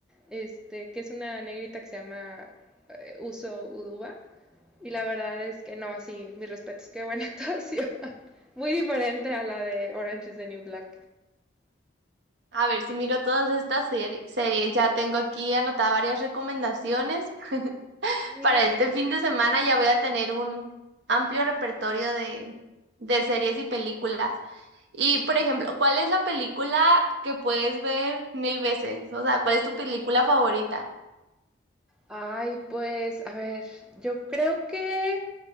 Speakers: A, in the centre; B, on the right.
A: este, que es una negrita que se llama eh, Uso Uduba. Y la verdad es que no, sí, mis respetos, qué buena actuación. <laughs> Muy diferente a la de Orange is the New Black.
B: A ver si miro todas estas seri- series. Ya tengo aquí anotadas varias recomendaciones.
A: Sí.
B: Para este fin de semana ya voy a tener un amplio repertorio de, de series y películas. Y, por ejemplo, ¿cuál es la película que puedes ver mil veces? O sea, ¿cuál es tu película favorita?
A: Ay, pues, a ver, yo creo que